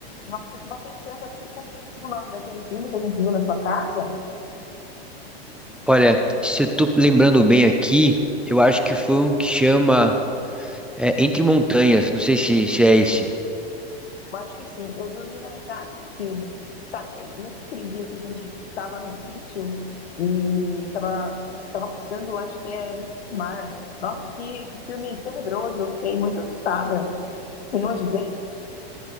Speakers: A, on the left (about 85°); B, in the centre.
A: Nossa, eu tava pensando aqui qual é o nome daquele filme que a gente viu na sua casa?
B: Olha, se eu tô lembrando bem aqui, eu acho que foi um que chama é, Entre Montanhas. Não sei se, se é esse.
A: Eu acho que sim, eu dormi na metade do filme. Sabe, naquele dia que a gente estava no sítio e estava tava passando, acho que é Midsommar. Nossa, que, que filme tenebroso, eu fiquei muito assustada. E não adivinhei,